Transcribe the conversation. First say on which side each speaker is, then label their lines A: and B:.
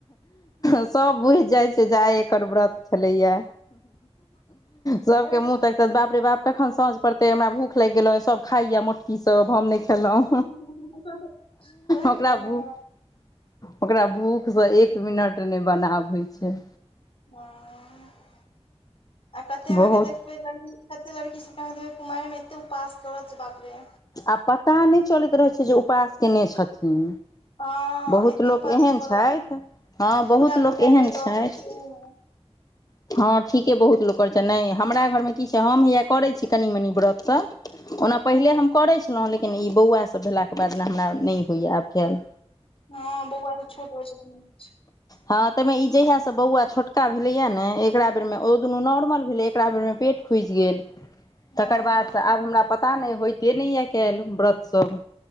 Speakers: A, on the left; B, on the left.
A: सब बुझि जाइत छै, जे आइ एकर व्रत छलैया। सबके
B: हँ
A: मु तऽ बाप रे बाप, कखन साँझ पड़तै, हमरा भूख लागि गेलो, सब खाइया मोट की सब हम नहि खेलहुँ,
B: ओहे ने
A: ओकरा
B: कहलौं
A: भू ओकरा भूखसँ एक मिनट नहि बनाब होइत छै।
B: हँ, आ कते अहाँके
A: बहुत
B: देख कते लड़की सब कुमैर में एते उपवास करत, बाप रे।
A: आ पता नहि चलैत रहैत छै जे उपास कयने छथिन।
B: हँ
A: बहुत
B: एते
A: लोक
B: उपास
A: एहन
B: करत
A: छथि, हँ बहुत
B: दुर्गा
A: लोक
B: पूजा
A: एहन
B: के
A: छथि।
B: दस दिन
A: <unintelligible> हँ ठीके बहुत लोक करैत छथि, नहि हमरा घरमे की छै हम हैया करैत छी कनि मनि व्रतसभ। ओना
B: हँ
A: पहिले हम करैत छलहुँ, लेकिन ई बौआसभ भेलाके बाद ने हमरा नहि होइए आब कैल।
B: हँ बौआ सब छोट रहै छै तहन नइ होइ छै।
A: हँ तऽमे ई जहिया से बौआ छोटका भेलैया ने। एकरा बेरमे, ओ दुनू नॉर्मल भेलै, एकरा बेरमे पेट खुजि गेल।
B: हँ
A: तकर बाद स आब हमरा पता नहि होइते नहि य काल्हि, व्रत सब।